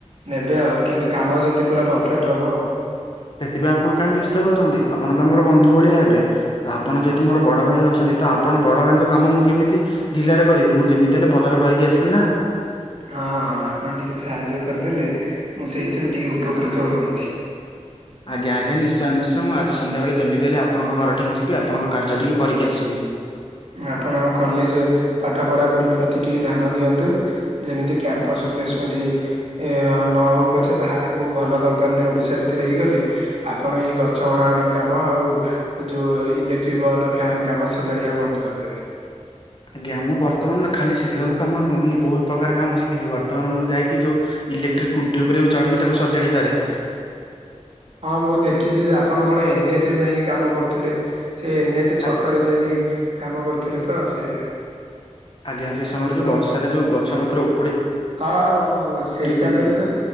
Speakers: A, on the right; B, on the left.
A: ନେବେ ଆଉ, କିନ୍ତୁ କାମ ଯେମିତି ପୁରା ପରଫେକ୍ଟ ହବ।
B: ସେଥିପାଇଁ ଆପଣ କାହିଁ ବ୍ୟସ୍ତ ହଉଛନ୍ତି। ଆପଣ ତ ଆମର ବନ୍ଧୁ ଭଳିଆ ହେବେ। ତ ଆପଣ ଯେହେୁ ମୋର ବଡ଼ ଭାଇ ଅଛନ୍ତି ତ, ଆପଣ ବଡ଼ ଭାଇଙ୍କ କାମ ମୁଁ କେମିତି ଢିଲାରେ କରିବି, ମୁଁ ଯେମିତି ହେଲେ ଭଲରେ କରିକି ଆସିବି ନା।
A: ହଁ, ହଁ, ଆପଣ ଟିକେ ସାହାଯ୍ୟ କରିଦେଲେ, ମୁଁ ସେଇଥିରୁ ଟିକେ ଉପକୃତ ହୁଅନ୍ତି।
B: ଆଜ୍ଞା, ଆଜ୍ଞା, ନିଶ୍ଚୟ ନିଶ୍ଚୟ ମୁଁ ଆଜି ସଧ୍ୟାବେଳେ ଯେମିତି ହେଲେ ଆପଣଙ୍କ ଘରିଠିକି ଯିବି, ଆପଣଙ୍କ କାର୍ଯ୍ୟ ଟିକେ କରିକି ଆସିବି।
A: ଆପଣ ଆଉ କଲେଜେ ପାଠ ପଢାପଢି ପ୍ରତି ଟିକେ ଧ୍ୟାନ ଦିଅନ୍ତୁ। ଯେମିତି କ୍ୟାମ୍ପସ୍ ପ୍ଲେସମେଣ୍ଟେ ଏ ନ ହଉ ପଛେ, ବାହାରେ କୋଉ ଭଲ କମ୍ପାନୀରେ ଓଡିଶା ଭିତରେ ହେଇଗଲେ ଆପଣ ଏଇ ଗଛ ଅଣା ଅଣି କାମ ଆଉ ଯୋଉ ଇଲେକ୍ଟ୍ରିକ ବଲ୍, ଫ୍ୟାନ୍ କାମ ସଜାଡିଆ ବନ୍ଦ କରିଦେବେ।
B: ଆଜ୍ଞା, ମୁଁ ବର୍ତ୍ତମାନ ଖାଲି ସେ ସବୁ କାମ ନୁହଁ। ମୁଁ ବହୁତ ପ୍ରକାର କାମ ଶିଖିଛି, ବର୍ତ୍ତମାନ ମୁଁ ଯାଇକି ଯୋଉ ଇଲେକ୍ଟ୍ରିକ୍ ଖୁଣ୍ଟି ଉପରେ ବି ଚଢ଼ିକି ତାକୁ ସଜାଡି ପାରେ।
A: ହଁ, ମୁଁ ଦେଖିଛି ଯେ ଆପଣ କଣ ଏନ୍ ଏଚ୍ ରେ ଯାଇକି କାମ କରୁଥିଲେ। ସେ ଏନ୍ଏଚ୍
B: ଆ
A: ଛକରେ ଯାଇଁକି କାମ କରୁଥିଲେ ତ, ସେଇଆ।
B: ଆଜ୍ଞା, ସେ ସମୟରେ ଯୋଉ ବର୍ଷାରେ ଯୋଉ ଗଛ ପତ୍ରଉ
A: ହଁ-ଅ ସେଇଟା
B: ଖୁଣ୍ଟି
A: ପାଇଁ ତ